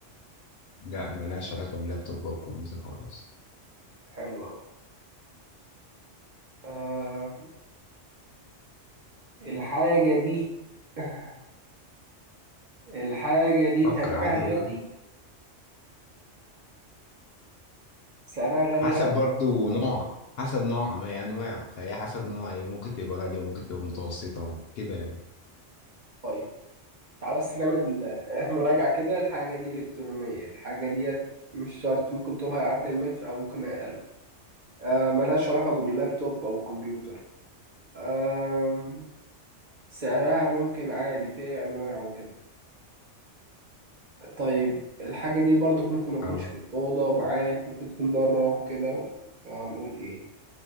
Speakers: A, on the left; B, on the right.
A: لا ملهاش علاقة باللابتوب أو الكمبيوتر خالص
B: حلو أوي آه الحاجة دي <laughs> الحاجة دي
A: فكر
B: تمنها
A: عادي
B: غالي
A: براحتك
B: سعرها غالي
A: حسب
B: يعني
A: برضو نوع حسب نوعها ما هي أنواع فهي حسب نوعها إيه ممكن تبقى غالية وممكن تبقى متوسطة وكده يعني.
B: طيب تعال بس نعمل <laughs> آه، مراجعة كده الحاجة دي إلكترونية الحاجة دي مش شرط ممكن طولها يعدي المتر أو ممكن أقل آه ملهاش علاقة باللابتوب أو الكمبيوتر آه سعرها ممكن عادي فيها أنواع وكده طيب الحاجة دي برضك ممكن ما تكونش
A: اه
B: في الأوضة معاك ممكن تكون بره وكده هنقول إيه